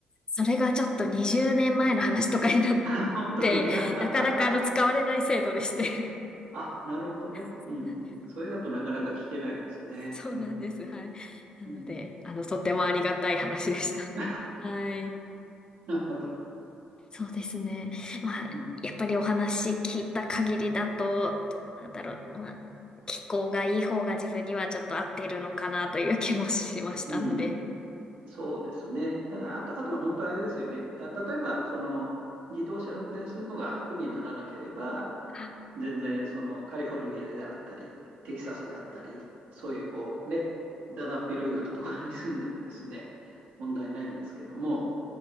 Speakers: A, on the left; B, on the right.
A: それがちょっと20年前の話とかになっ
B: <laughs> 本当に
A: て、
B: <laughs>。
A: <laughs> なかなかあの使われない制度でして。
B: あ、なるほどね。
A: <laughs> そうなんです。
B: うんうんうん。それだとなかなか聞けないですね。
A: そうなんです。
B: うん。
A: はい。なので、
B: うん。
A: あの、とってもありがたい話でした。
B: <laughs>
A: <laughs> はい。
B: なるほど。
A: そうですね。まあ、
B: うん。
A: やっぱりお話聞いた限りだと、どうなんだろう。まあ、気候がいい方が自分にはちょっと合ってるのかなという気もしましたので、
B: うんそうですね。だから、あと、あとは本当あれですよね。た例えば、その、自動車運転するのが苦にならなければ、
A: <laughs> あ
B: 全然、その、カリフォルニアであったり、テキサスであったり、そういう、こうね、だだっ広いようなところに住んでもですね、問題ないんですけども、